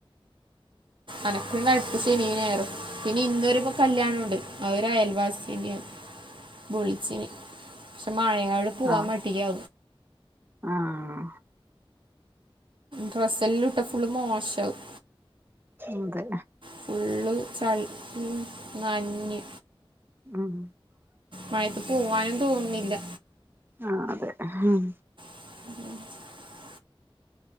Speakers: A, on the right; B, on the right.
A: അനക്ക്ണ്ട് അടുത്ത ശനിം ഞായറും പിന്നെ ഇന്നോരു കല്യാണംണ്ട് ആ ഒരു അയൽവാസിന്റെന്ന് ബുൾച്ചിനി. പക്ഷെ മഴയാട് പോവാൻ
B: ആഹ്
A: മടിയാ
B: ആഹ്
A: ഡ്രസ്സ് എല്ലാം ഇട്ട ഫുള്ള് മോശാവും
B: 'ഉം തെ
A: ഫുള്ള് ചൾ ഉം നഞ്ഞ്
B: ഉം
A: മയത്ത് പോവാനും തോന്നിണ്ല്ല
B: ആഹ് അതെ ഉം
A: <inaudible>